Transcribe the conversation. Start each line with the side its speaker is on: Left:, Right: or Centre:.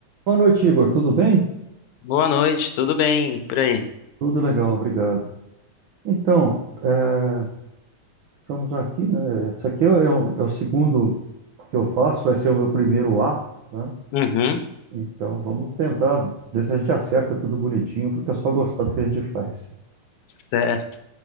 Right: Boa noite, Igor. Tudo bem?
Left: Boa noite, tudo bem por aí?
Right: Tudo legal, obrigado. Então, eh, estamos aqui, né? Esse aqui é o, é o segundo que eu faço, vai ser o meu primeiro A, né?
Left: Uhum,
Right: Então, vamos tentar ver se a gente acerta tudo bonitinho para o pessoal gostar do que a gente faz.
Left: certo.